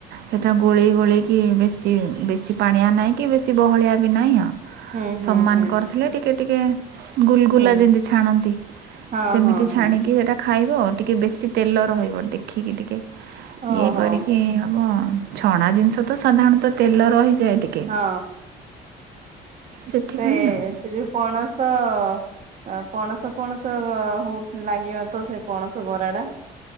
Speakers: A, on the right; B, on the right.
A: ସେଥିରେ ଗୋଳେଇ ଗୋଳେଇକି ବେଶୀ ବେଶୀ ପାଣିଆ ନାହିଁ କି ବେଶୀ ବହଳିଆ ବି ନାହିଁ।
B: ହୁଁ ହୁଁ
A: ସମ୍ମାନ
B: ହୁଁ
A: କରିଥିଲେ ଟିକେ ଟିକେ ଗୁଲଗୁଲା
B: ହୁଁ
A: ଯେମିତି ଛାଣନ୍ତି
B: ହଁ
A: ସେମିତି
B: ହଁ
A: ଛାଣିକି
B: ହଁ
A: ଏଟା। ଖାଇବ ଆଉ ଟିକେ ବେଶୀ ତେଲ ରହିବ ଦେଖିକି ଟିକେ
B: ଓହୋ
A: ଇଏ କରିକି ହେବ। ଛଣା ଜିନିଷ ତ ସାଧାରଣତଃ ତେଲ ରହିଯାଏ ଟିକେ।
B: ହଁ
A: ସେଥିପାଇଁ
B: ସେ
A: ଆଉ
B: ସେ ଯୋଉ ପଣସ ଅ ପଣସ ପଣସ ହଉ ଲାଗିବ ତ ସେ ପଣସ ବରା ଟା।